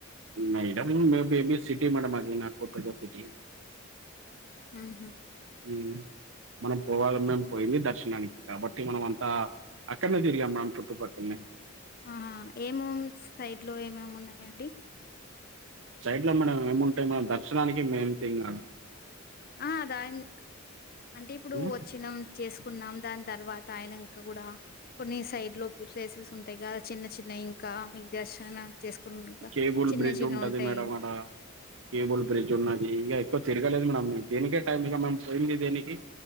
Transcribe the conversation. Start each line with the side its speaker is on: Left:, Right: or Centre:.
Right: ఇక ఈడ బి బేబీ అది కూడా పెద్ద సిటీ మేడం అది నార్కో సిటీ.
Left: ఆహ
Right: ఊమ్ మనం పోవాలన్నం పోయింది దర్శనానికి కాబట్టి మనం అంతా అక్కన్నే దిరిగామ్ మేడం చుట్టు పక్కన్నే
Left: ఆహా ఏమోం సైడ్ లో ఏమేమి ఉన్నాయండి
Right: సైడ్ లో మేడం ఏముంటాయి మేడం దర్శనానికి మేమి తిర <unintelligible>
Left: ఆ దాన్ అంటే ఇప్పుడు
Right: హ్మ్.
Left: వచ్చినం చేసుకున్నాం దాని తర్వా త అయినంక కూడా కొన్ని సైడ్ లో ప్లేసెస్ ఉంటాయి కదా చిన్న చిన్న ఇంకా మీకు దర్శనం చేసుకుని కూడా
Right: కేబుల్
Left: చిన్న
Right: బ్రిడ్జ్
Left: చిన్న
Right: ఉంటది
Left: ఉంటాయి
Right: మేడం ఆడ కేబుల్ బ్రిడ్జ్ ఉన్నది ఇగ ఎక్కు తిరగలేదు మేమ్ దీనికే టైం ఇగ మనం పోయిండేది దేనికి